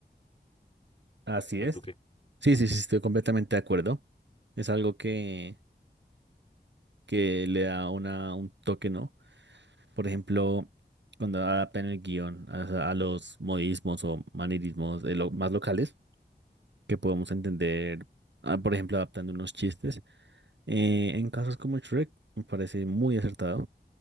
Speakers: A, on the right (about 80°); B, on the left (about 35°).
A: Así
B: ¿No
A: es.
B: tú qué?
A: Sí, sí, sí, estoy completamente de acuerdo. Es algo que, que le da una, un toque, ¿no? Por ejemplo, cuando adaptan el guión a, a los modismos o manierismos eh, lo- más locales que podamos entender, ah, por ejemplo, adaptando unos chistes. Eh, en casos como Shrek, me parece muy acertado,